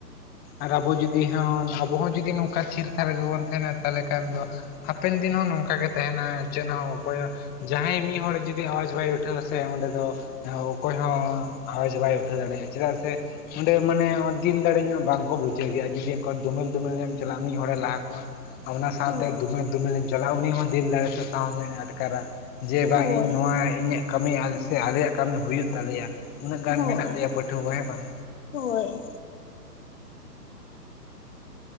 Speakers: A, on the left; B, on the left.
A: ᱟᱨ ᱟᱵᱚ ᱡᱩᱫᱤ ᱦᱚᱸ ᱟᱵᱚ ᱦᱚᱸ ᱡᱩᱫᱤ ᱱᱚᱝᱠᱟ ᱛᱷᱤᱨ ᱛᱷᱟᱨ ᱨᱮᱜᱮ ᱵᱚᱱ ᱛᱮᱦᱮᱱᱟ ᱛᱟᱦᱚᱞᱮ ᱠᱷᱟᱱ ᱫᱚ ᱦᱟᱯᱮᱱ ᱫᱤᱱ ᱦᱚᱸ ᱱᱚᱝᱠᱟ ᱜᱮ ᱛᱮᱦᱮᱱᱟ ᱪᱮᱫ ᱦᱚᱸ ᱚᱠᱚᱭᱟᱜ ᱡᱟᱦᱟᱸᱭ ᱢᱤᱫ ᱦᱚᱲ ᱡᱩᱫᱤ ᱟᱣᱟᱡᱽ ᱵᱟᱭ ᱩᱴᱷᱟᱹᱣᱟ ᱥᱮ ᱚᱸᱰᱮ ᱫᱚ ᱮᱦᱚ ᱚᱠᱚᱭ ᱦᱚᱸ ᱟᱣᱟᱡᱽ ᱵᱟᱭ ᱩᱴᱷᱟᱹᱣ ᱫᱟᱲᱮ ᱪᱮᱫᱟᱜ ᱥᱮ ᱚᱸᱰᱮ ᱢᱟᱱᱮ ᱫᱤᱞ ᱫᱟᱲᱮ ᱧᱚᱜ ᱵᱟᱝᱠᱚ ᱵᱩᱡᱷᱟᱹᱣ ᱜᱮᱭᱟ ᱟᱨ ᱡᱩᱫᱤ ᱚᱱᱠᱟ ᱫᱳᱢᱮᱞ ᱫᱳᱢᱮᱞ ᱧᱚᱜ ᱮᱢ ᱪᱟᱞᱟᱜᱼᱟ ᱢᱤᱫ ᱢᱤᱫ ᱦᱚᱲᱮ ᱞᱟᱦᱟ ᱠᱚᱜᱼᱟ ᱟᱨ ᱚᱱᱟ ᱥᱟᱶᱛᱮ
B: ᱦᱳᱭ,
A: ᱫᱚᱢᱮᱞ ᱫᱚᱢᱮᱞᱮᱢ ᱪᱟᱞᱟᱜᱼᱟ ᱩᱱᱤ ᱦᱚᱸ ᱫᱤᱞ ᱫᱟᱲᱮ ᱥᱮ ᱥᱟᱦᱚᱥ-ᱮ ᱟᱴᱠᱟᱨᱟ᱾ ᱡᱮ ᱵᱟᱝ
B: ᱦᱳᱭ,
A: ᱤᱧ ᱱᱚᱣᱟ ᱤᱧᱟᱹᱜ ᱠᱟᱹᱢᱤ ᱥᱮ ᱟᱞᱮᱭᱟᱜ ᱠᱟᱹᱢᱤ ᱦᱩᱭᱩᱜ ᱛᱟᱞᱮᱭᱟ ᱩᱱᱟᱹ ᱜᱟᱱ
B: ᱦᱳᱭ,
A: ᱢᱮᱱᱟᱜ ᱞᱮᱭᱟ ᱯᱟᱹᱴᱷᱩᱣᱟᱹ ᱦᱮᱸ ᱵᱟᱝ?
B: ᱦᱳᱭ᱾